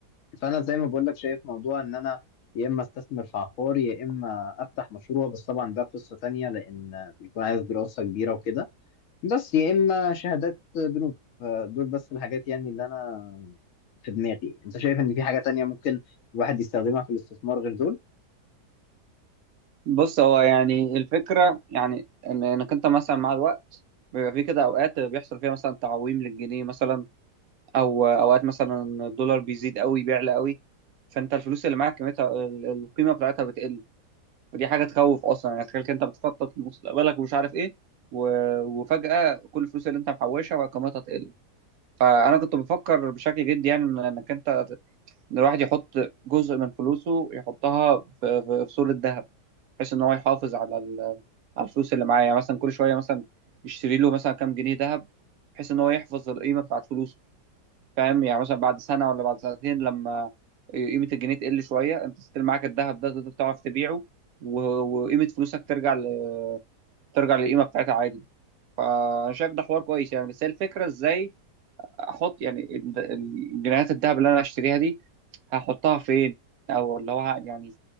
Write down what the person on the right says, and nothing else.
بص هو يعني الفكره يعني ان انك انت مثلا مع الوقت بيبقى في كده اوقات بيحصل فيها مثلا تعويم للجنيه مثلا او اوقات مثلا الدولار بيزيد قوي بيعلى قوي فانت الفلوس اللي معاك قيمتها ال- القيمه بتاعتها بتقل فدي حاجه تخوف اصلا يعني تخيل كده انت بتخطط لمستقبلك ومش عارف ايه و- وفجاه كل الفلوس اللي انت محوشها بقى قيمتها تقل فانا كنت بفكر بشكل جدي يعني إن- انك انت ت- إن الواحد يحط جزء من فلوسه يحطها في في- في صورة ذهب بحيث ان هو يحافظ على ال- على الفلوس اللي معاه يعني مثلا كل شويه مثلا يشتري له مثلا كام جنيه ذهب بحيث ان هو يحفظ القيمه بتاعت فلوسه فاهم يعني مثلا بعد سنه ولا بعد سنتين لما قيمه الجنيه تقل شويه انت ستيل معاك الذهب ده تقدر تعرف تبيعه و- وقيمه فلوسك ترجع ل... ترجع للقيمه بتاعتها عادي فانا شايف ده حوار كويس يعني بس هي الفكره ازاي احط يعني ال- ال- جنيهات الذهب اللي انا هشتريها دي هحطها فين او اللي هو ه- يعني